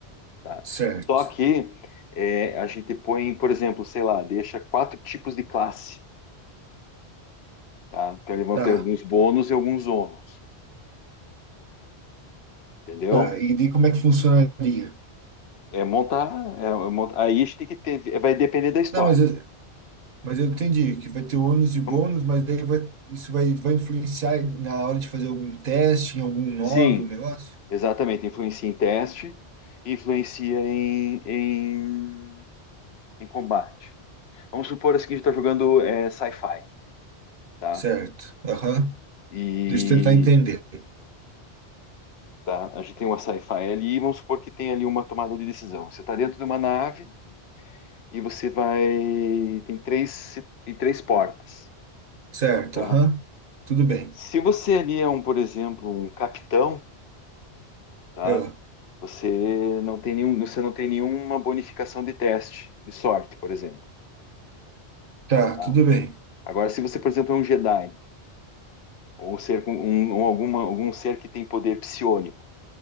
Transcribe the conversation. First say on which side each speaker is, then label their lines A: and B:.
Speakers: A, on the left; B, on the right.
A: tá?
B: Certo.
A: Só que é, a gente põe, por exemplo, sei lá, deixa quatro tipos de classe. tá? Então, eles vão
B: Tá,
A: ter alguns bônus e alguns ônus, entendeu?
B: tá. E daí como é que funcionaria?
A: É montar, é é montar, aí a gente tem que ter, vai depender da história.
B: Não, mas eu, mas eu entendi que vai ter ônus e bônus,
A: Como-
B: mas daí vai, isso vai, vai influenciar na hora de fazer algum teste, em algum nó
A: Sim,
B: do negócio?
A: exatamente, influencia em teste, influencia em, em, em combate. Vamos supor assim que a gente está jogando é, sci-fi, tá?
B: Certo. Aham.
A: E
B: Deixa eu tentar entender.
A: tá, a gente tem uma sci-fi ali, e vamos supor que tem ali uma tomada de decisão. Você está dentro de uma nave e você vai, tem três, tem três portas,
B: Certo,
A: tá?
B: aham. Tudo bem.
A: Se você ali é um, por exemplo, um capitão, tá?
B: Ah,
A: Você não tem nenhum, você não tem nenhuma bonificação de teste de sorte, por exemplo,
B: tá,
A: tá?
B: tudo bem.
A: Agora, se você, por exemplo, é um Jedi ou um ser com um, ou alguma, algum ser que tem poder psiônico,